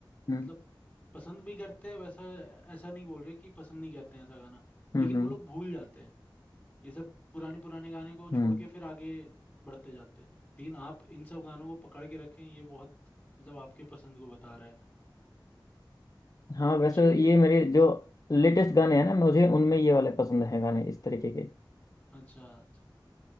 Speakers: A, on the left; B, on the left.
A: हम्म
B: मतलब पसंद भी करते हैं वैसा ऐसा नहीं बोल रहे कि पसंद नहीं करते हैं ऐसा गाना
A: हम्म
B: लेकिन
A: हम्म
B: वो लोग भूल जाते हैं ये सब पुराने पुराने गाने को छोड़
A: हम्म।
B: के फिर आगे बढ़ते जाते हैं लेकिन आप इन सब गानों को पकड़ के रखें ये बहुत मतलब आपके पसंद को बता रहा है
A: हाँ वैसे
B: मुझे
A: ये मेरे जो लेटेस्ट गाने हैं ना मुझे उनमें ये वाले पसंद हैं गाने इस तरीके के
B: अच्छा अच्छा